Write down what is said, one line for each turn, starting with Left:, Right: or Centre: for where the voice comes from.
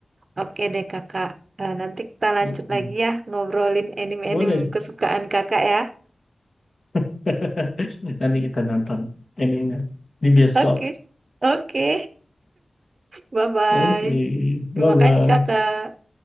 Right: oke deh kakak. Eh, nanti kita lanjut
Left: Mm-mm.
Right: lagi ya ngobrolin anime-anime
Left: boleh
Right: kesukaan kakak ya.
Left: <laughs> nanti kita nonton ininya di bioskop
Right: Oke oke, bye bye.
Left: oke
Right: Terima
Left: bye bye
Right: kasih kakak.